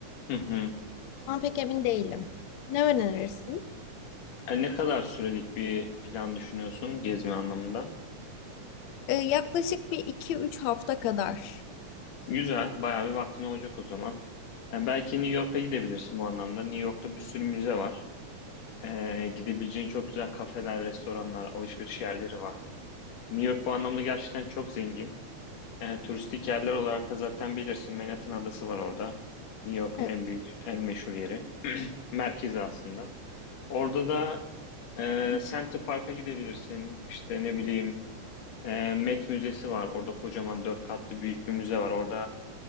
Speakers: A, on the left (about 85°); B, on the left (about 70°).
A: Hı hı.
B: Ama pek emin değilim. Ne önerirsin?
A: E, ne kadar sürelik bir plan düşünüyorsun gezme anlamında?
B: Ee, yaklaşık bir iki üç hafta kadar.
A: Güzel, bayağı bir vaktin olacak o zaman. Yani belki New York'a gidebilirsin bu anlamda. New York'ta bir sürü müze var. Ee, gidebileceğin çok güzel kafeler, restoranlar, alışveriş yerleri var. New York bu anlamda gerçekten çok zengin. Ee, turistik yerler olarak da zaten bilirsin Manhattan Adası var orada. New York'un
B: Evet.
A: en büyük, en meşhur yeri. Merkezi aslında. Orada da e,
B: <clears throat>
A: Central Park'a gidebilirsin. İşte ne bileyim e, Met Müzesi var. Orada kocaman dört katlı büyük bir müze var. Orada